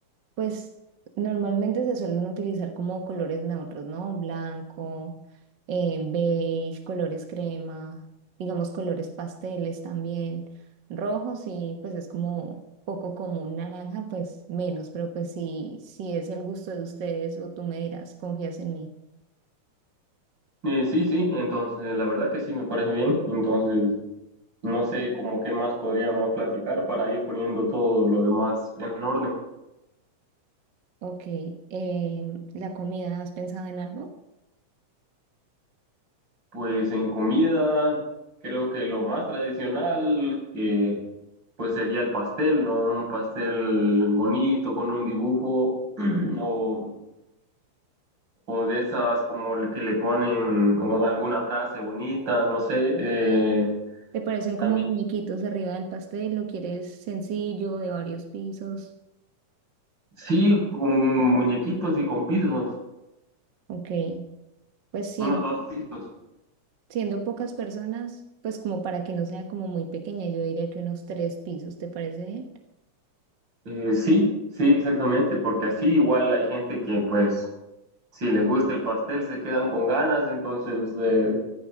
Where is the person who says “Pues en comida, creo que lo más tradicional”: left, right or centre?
Right